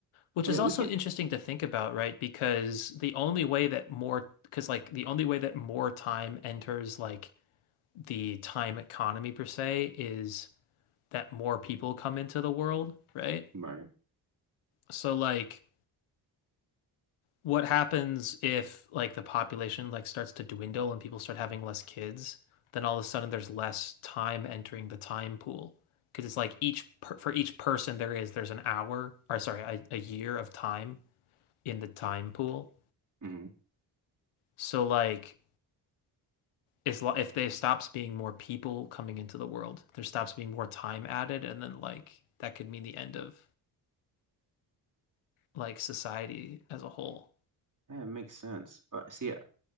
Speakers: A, on the left (about 80°); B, on the right (about 40°).
A: which
B: Well,
A: is
B: Yeah,
A: also
B: we can.
A: interesting to think about right because the only way that more because like the only way that more time enters like the time economy per se is that more people come into the world right
B: Right.
A: so like what happens if like the population like starts to dwindle and people start having less kids, then all of a sudden there's less time entering the time pool. Because it's like each per for each person there is there's an hour or sorry, a, a year of time in the time pool.
B: hmm
A: So like as if there stops being more people coming into the world, there stops being more time added, and then like that could mean the end of like society as a whole.
B: That makes sense. Uh, see,